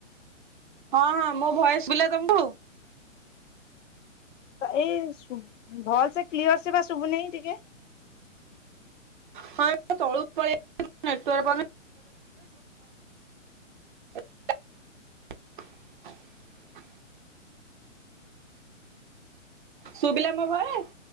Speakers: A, on the right; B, on the left.
A: ହଁ ହଁ ମୋ ଭଏସ ଶୁଭିଲା ତମକୁ?
B: ଏଇ ଶୁ ଭଲସେ କ୍ଲିଅରସେ ବା ଶୁଭୁନେଇ ଟିକେ।
A: ହଁ ତଳ ପଳି ଆସିଲ ନେଟୱକ ପାଉନି <inaudible> ଶୁଭିଲା ମୋ ଭଏସ?